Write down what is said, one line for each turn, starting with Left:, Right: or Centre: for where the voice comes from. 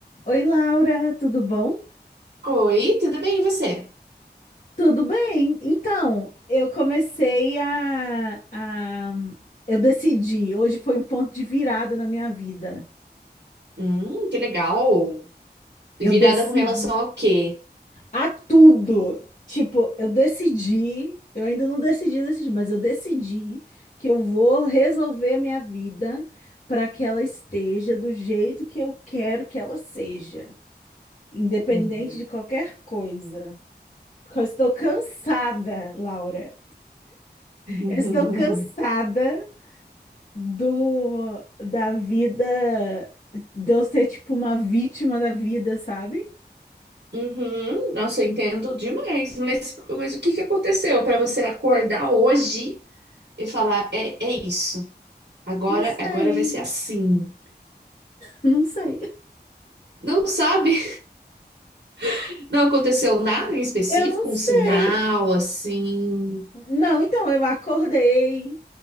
Left: Oi, Laura, tudo bom?
Right: Oi, tudo bem, e você?
Left: Tudo bem. Então, eu comecei a, a- Eu decidi, hoje foi um ponto de virada na minha vida.
Right: Hum, que legal.
Left: Eu
Right: Virada
Left: decidi
Right: com relação ao quê?
Left: a tudo. Tipo, eu decidi, eu ainda não decidi, decidi, mas eu decidi que eu vou resolver a minha vida para que ela esteja do jeito que eu quero que ela seja, independente
Right: Uhum.
Left: de qualquer coisa. Porque eu estou cansada, Laura.
Right: <laughs>
Left: Eu estou cansada do da vida de eu ser tipo uma vítima da vida, sabe?
Right: Uhum. Nossa, eu entendo demais. Mas, mas o que que aconteceu para você acordar hoje e falar, é, é isso. Agora,
Left: Não sei,
Right: agora vai ser assim.
Left: não sei.
Right: Não sabe? <laughs> Não aconteceu nada em específico,
Left: Eu não sei.
Right: um sinal assim.
Left: Não, então eu acordei,